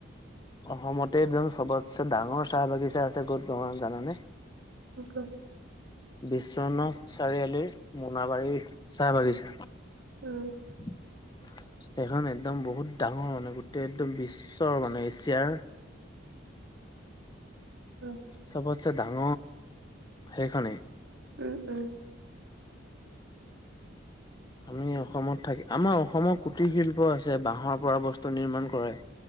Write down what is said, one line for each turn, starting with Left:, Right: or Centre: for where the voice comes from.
Left: অসমতে একদম চবতছে ডাঙৰ চাহ বাগিছা আছে ক'ত তোমাৰ জানানে
Right: উ ক'ত
Left: বিশ্বনাথ চাৰিআলিৰ মোনাবাৰীৰ চাহ বাগিচা।
Right: উম
Left: <unintelligible> সেইখন একদম বহুত ডাঙৰ মানে গোটেই একদম বিশ্বৰ মানে এচিয়াৰ
Right: উম
Left: চবতছে ডাঙ সেইখনেই
Right: উম উম
Left: আমি অসমত থাকি আমাৰ অসমৰ কুটিৰ শিল্প আছে বাঁহৰ পৰা বস্তু নিৰ্মাণ কৰে।